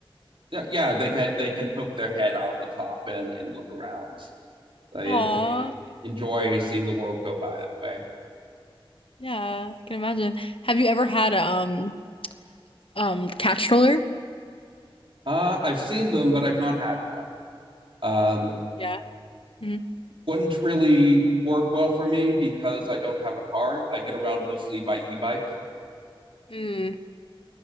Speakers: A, on the right (about 65°); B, on the left (about 70°).
A: yeah, yeah, they can they can poke their head out the top and and look around. They
B: Aw,
A: they enjoy seeing the world go by that way.
B: yeah, I can imagine. Have you ever had a um um cat stroller?
A: Uh, I've seen them, but I've not had one. Um,
B: Yeah. hmm
A: wouldn't really work well for me because I don't have a car. I get around mostly by e-bike.
B: Mm.